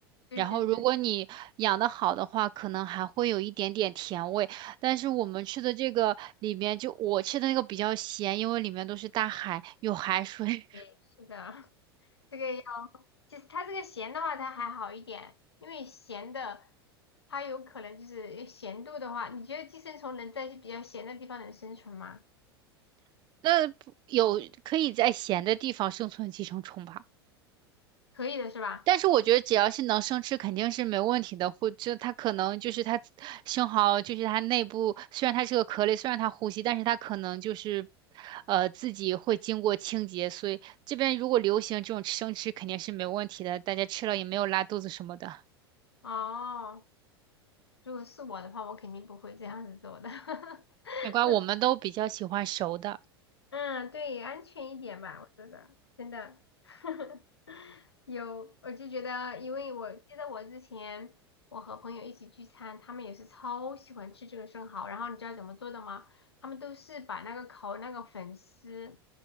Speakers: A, on the left; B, on the right.
A: 对对对
B: 然后如果你养的好的话，可能还会有一点点甜味。但是我们吃的这个里面就我吃的那个比较咸，因为里面都是大海，有海水，
A: 对，是的，<laughs> 这个。其实它这个咸的话，它还好一点，因为咸的它有可能就是咸度的话，你觉得寄生虫能在比较咸的地方能生存吗？
B: <laughs> 那不有可以在咸的地方生存寄生虫吧？
A: 可以的是吧？
B: 但是我觉得只要是能生吃，肯定是没问题的。或者它可能就是它生蚝，就是它内部虽然它是个壳类，虽然它呼吸，但是它可能就是，呃，自己会经过清洁。所以这边如果流行这种生吃，肯定是没问题的，大家吃了也没有拉肚子什么的。
A: 哦，如果是我的话，我肯定不会这样子做的。<laughs>
B: 没关系，我们都比较喜欢熟的
A: 嗯，对，安全一点吧，我觉得真的 <laughs> 有，我就觉得，因为我记得我之前我和朋友一起聚餐，他们也是超喜欢吃这个生蚝，然后你知道怎么做的吗？他们都是把那个烤那个粉丝